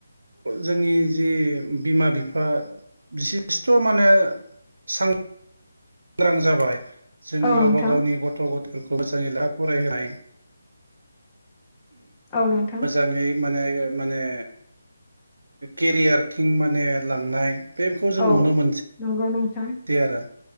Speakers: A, on the right; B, on the left.
A: जोंनि जि बिमा बिफा बिसेस्थ' माने सां सांग्रां जाबाय जों
B: औ
A: गावबा
B: नोंथां
A: गावनि गथ' गथायफोरखौ <unintelligible> फरायनाय
B: औ नोंथां
A: मोजाङै माने माने केरियारथिं माने लांनाय बेखौ जों
B: औ
A: नुनो मोनसै
B: नंगौ नोंथां
A: तयारा